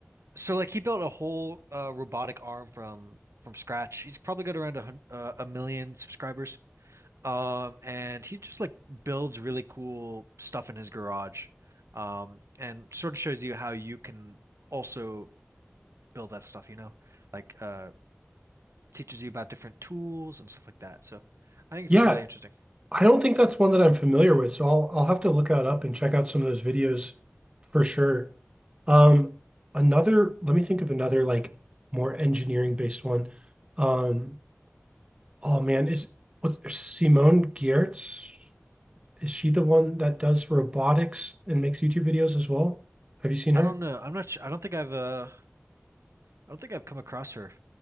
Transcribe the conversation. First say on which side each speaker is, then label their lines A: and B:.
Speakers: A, on the right; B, on the right.
A: so like he built a whole uh robotic arm from from scratch. He's probably got around a hun uh, a million subscribers. Um and he just like builds really cool stuff in his garage. Um and sort of shows you how you can also build that stuff, you know, like uh, teaches you about different tools and stuff like that. So I think it's
B: Yeah,
A: really interesting.
B: I don't think that's one that I'm familiar with, so I'll I'll have to look that up and check out some of those videos for sure. Um, another, let me think of another like more engineering based one. Um, oh man, is what's Simone Giertz? is she the one that does robotics and makes YouTube videos as well? Have you seen her?
A: I don't know. I'm not sure. I don't think I've uh, I don't think I've come across her.